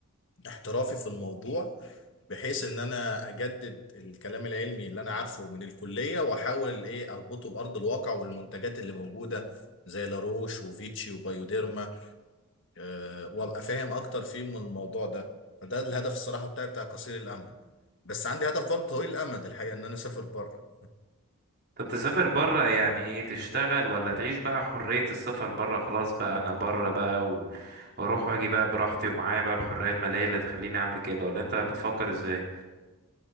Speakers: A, on the left; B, on the right.
A: احترافي في الموضوع بحيث ان انا اجدد الكلام العلمي اللي انا عارفه من الكليه واحاول ايه اربطه بارض الواقع والمنتجات اللي موجوده زي لاروش وفيتشي وبايوديرما أه وابقى فاهم اكتر فيه من الموضوع ده فده الهدف الصراحه بتاعي بتاع قصير الامد بس عندي هدف برضه طويل الامد الحقيقه ان انا اسافر بره
B: طب تسافر برا يعني ايه تشتغل ولا تعيش بقى حرية السفر برا خلاص بقى انا برا بقى و... واروح واجي بقى براحتي ومعايا بقى الحرية المالية اللي تخليني اعمل كده ولا انت بتفكر ازاي